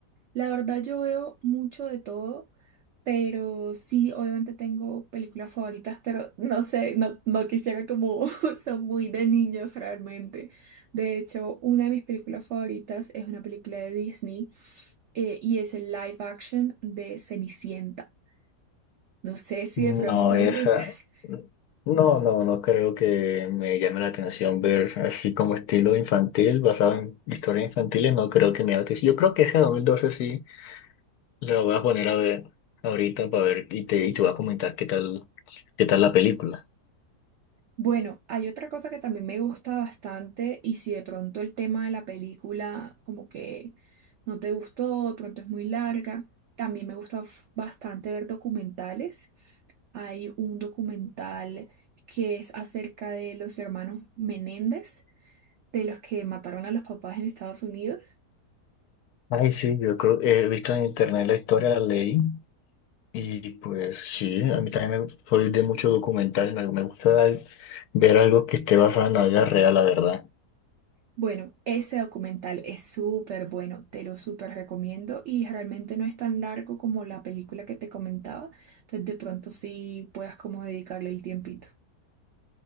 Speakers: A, on the right (about 80°); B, on the left (about 70°).
A: La verdad yo veo mucho de todo, pero sí, obviamente tengo películas favoritas, pero no sé, no, no quisiera como <laughs> son muy de niños realmente. De hecho, una de mis películas favoritas es una película de Disney eh, y es el live action de Cenicienta. No sé si
B: No,
A: de pronto...
B: esa.
A: de- <laughs>
B: No, no, no creo que me llame la atención ver así como estilo infantil, basado en historias infantiles. No creo que me llame la atención. Yo creo que esa 2012 sí la voy a poner a ver ahorita para ver y te, y te voy a comentar qué tal, qué tal la película.
A: Bueno, hay otra cosa que también me gusta bastante y si de pronto el tema de la película como que no te gustó, de pronto es muy larga, también me gusta f- bastante ver documentales. Hay un documental que es acerca de los hermanos Menéndez, de los que mataron a los papás en Estados Unidos.
B: Ay, sí, yo creo, he visto en internet la historia, la leí. Y pues sí, a mí también me, soy de muchos documentales, me, me gusta dar- ver algo que esté basado en la vida real, la verdad.
A: Bueno, ese documental es súper bueno, te lo súper recomiendo y realmente no es tan largo como la película que te comentaba, entonces de pronto sí puedas como dedicarle el tiempito.